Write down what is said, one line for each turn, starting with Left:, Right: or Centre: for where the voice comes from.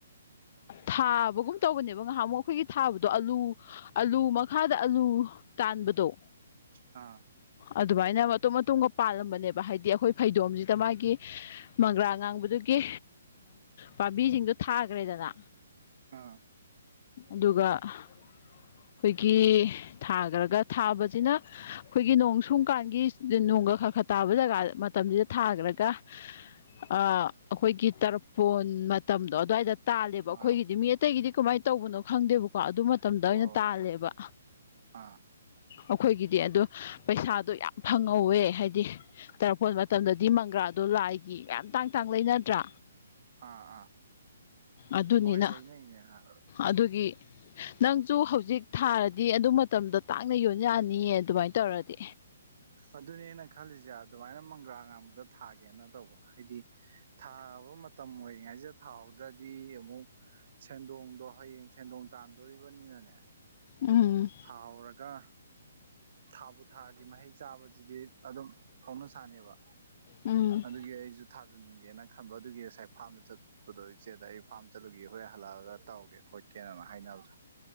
Left: ꯊꯥꯕꯒꯨꯝ ꯇꯧꯕꯅꯦꯕ ꯉꯍꯥꯃꯨꯛ ꯑꯩꯈꯣꯏꯒꯤ ꯊꯥꯕꯗꯣ ꯑꯂꯨ ꯑꯥꯂꯨ ꯃꯈꯥꯗ ꯑꯂꯨ ꯇꯥꯟꯕꯗꯣ
Right: ꯑ
Left: ꯑꯗꯨꯃꯥꯏꯅ ꯃꯇꯨꯝ ꯃꯇꯨꯝꯒ ꯄꯥꯜꯂꯝꯕꯅꯦꯕ ꯍꯥꯏꯗꯤ ꯑꯩꯈꯣꯏ ꯐꯩꯗꯣꯝꯖꯤꯗ ꯃꯥꯒꯤ ꯃꯪꯒ꯭ꯔꯥ ꯉꯥꯡꯕꯗꯨꯒꯤ ꯄꯥꯝꯕꯤꯁꯤꯡꯗ‌ꯣ ꯊꯥꯒ꯭ꯔꯦꯗꯅ
Right: ꯑꯥ
Left: ꯑꯗꯨꯒ ꯑꯩꯈꯣꯏꯒꯤ ꯊꯥꯒ꯭ꯔꯒ ꯊꯥꯕꯖꯤꯅ ꯑꯩꯈꯣꯏꯒꯤ ꯅꯣꯡ ꯁꯨꯝ ꯀꯥꯟꯒꯤ ꯅꯣꯡꯒ ꯈꯔ ꯈꯔ ꯇꯥꯕ ꯖꯒꯥ ꯃꯇꯝꯁꯤꯗ ꯊꯥꯈ꯭ꯔꯒ ꯑ ꯑꯩꯈꯣꯏꯒꯤ ꯇꯔꯛꯄꯣꯟ ꯃꯇꯝꯗꯣ ꯑꯗꯨꯋꯥꯏꯗ ꯇꯥꯜꯂꯦꯕ
Right: ꯑꯥ
Left: ꯑꯩꯈꯣꯏꯒꯤꯗꯤ ꯃꯤ ꯑꯇꯩꯒꯤꯗꯤ ꯀꯃꯥꯏ ꯇꯧꯕꯅꯣ ꯈꯪꯗꯦꯕꯀꯣ ꯑꯗꯨ ꯃꯇꯝꯗ ꯑꯣꯏꯅ
Right: ꯑꯣ
Left: ꯇꯥꯜꯂꯦꯕ
Right: ꯑꯥ
Left: ꯑꯩꯈꯣꯏꯒꯤꯗꯤ ꯑꯗꯨ ꯄꯩꯁꯥꯗꯣ ꯌꯥꯝ ꯐꯪꯍꯧꯋꯦ ꯍꯥꯏꯗꯤ ꯇꯔꯄ‌‌ꯣꯟ ꯃꯇꯝꯗꯗꯤ ꯃꯪꯒ꯭ꯔꯥꯗꯣ ꯂꯥꯏꯒꯤ ꯃꯌꯥꯝ ꯇꯥꯡ ꯇꯥꯡ ꯂꯩꯅꯗ꯭ꯔꯥ
Right: ꯑꯥ ꯑꯥ
Left: ꯑꯗꯨꯅꯤꯅ
Right: ꯍꯣꯏ <unintelligible>
Left: ꯑꯗꯨꯒꯤ ꯅꯪꯖꯨ ꯍꯧꯖꯤꯛ ꯊꯥꯔꯗꯤ ꯑꯗꯨ ꯃꯇꯝꯗ ꯇꯥꯡꯅ ꯌꯣꯟ ꯌꯥꯅꯤꯌꯦ ꯑꯗꯨꯃꯥꯏꯅ ꯇꯧꯔꯗꯤ
Right: ꯑꯗꯨꯅꯦ ꯑꯩꯅ ꯈꯜꯂꯤꯖ‌ꯦ ꯑꯗꯨꯃꯥꯏꯅ ꯃꯪꯒ꯭ꯔꯥ ꯑꯉꯥꯡꯕꯗ‌ꯣ ꯊꯥꯒꯦꯅ ꯇꯧꯕ ꯍꯥꯏꯗꯤ ꯊꯥꯕ ꯃꯇꯝ ꯑꯣꯏꯔꯤꯉꯩꯖꯤꯗ ꯊꯥꯍꯧꯗ꯭ꯔꯗꯤ ꯑꯃꯨꯛ ꯁꯦꯟꯗꯣꯡꯗꯣ ꯍꯌꯦꯡ ꯁꯦꯟꯗꯣꯡ ꯇꯥꯟꯗꯣꯔꯤꯕꯅꯤꯅꯅꯦ
Left: ꯎꯝ
Right: ꯊꯥꯎꯔꯒ ꯊꯥꯕꯨ ꯊꯥꯔꯒꯤ ꯃꯍꯩ ꯆꯥꯕꯁꯤꯗꯤ ꯑꯗꯨꯝ ꯍꯧꯅ ꯁꯥꯥꯅ‌ꯦꯕ
Left: ꯎꯝ
Right: ꯑꯗꯨꯒꯤ ꯑꯩꯖꯨ ꯊꯥꯖꯤꯟꯒꯦꯅ ꯈꯟꯕ ꯑꯗꯨꯒꯤ ꯉꯁꯥꯏ ꯐꯥꯔꯝꯗ ꯆꯠ ꯑꯗꯣ ꯏꯆꯦꯗ ꯑꯩ ꯐꯥꯝ ꯆꯠꯂꯨꯒꯦ ꯍꯣꯔꯦꯟ ꯍꯜꯂꯛꯑꯒ ꯇꯧꯒꯦ ꯈꯣꯠꯀꯦꯅ ꯍꯥꯏꯅꯕ